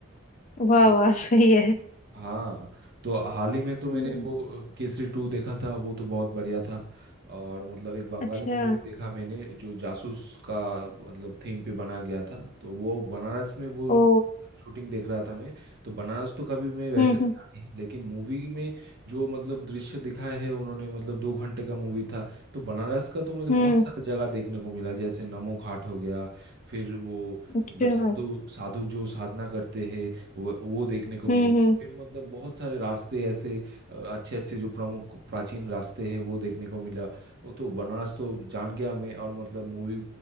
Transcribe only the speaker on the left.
वाह
वाह सही है
हम्म,
अच्छा
ओ
हम्म
हम्म
हम्म,
अच्छा
हम्म हम्म